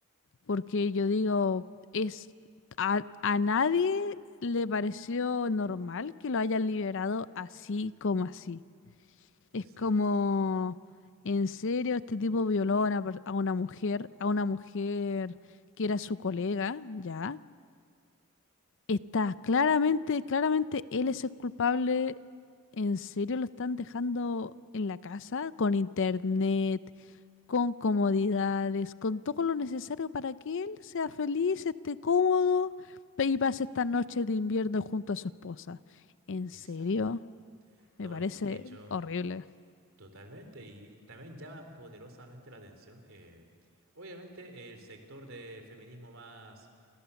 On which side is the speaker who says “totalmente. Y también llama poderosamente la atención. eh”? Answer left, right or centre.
Right